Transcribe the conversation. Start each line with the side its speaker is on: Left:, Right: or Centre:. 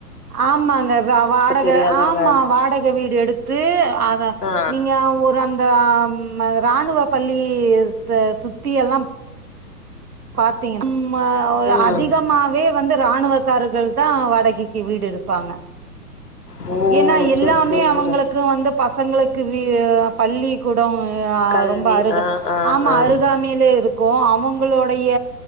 Right: ஆமாங்க வ வாடக
Left: தெரியாதுங்க
Right: ஆமா வாடக வீடு எடுத் த்து அத
Left: ஆ
Right: நீங்க ஒரு அந்த அம் ராணுவ பள்ளி த் அ சுத்தி எல்லாம் பாத்திங் ம் மா
Left: ம்
Right: அதிகமாவே வந்து இராணுவக்காரர்கள் தா வாடகைக்கு வீடு எடு ப்பாங்க
Left: ஓ
Right: ஏன்னா எல்லாமே
Left: செரி செரி
Right: அவங்ளுக்கு
Left: செரி
Right: வந்து பசங்களுக்கு வி பள்ளிக்கூட அ
Left: கல்வி
Right: ரொம் அருக
Left: ஆ ஆ
Right: ஆமா
Left: ஆ
Right: அருகாமியிலே இருக்கு அ ங்களுடைய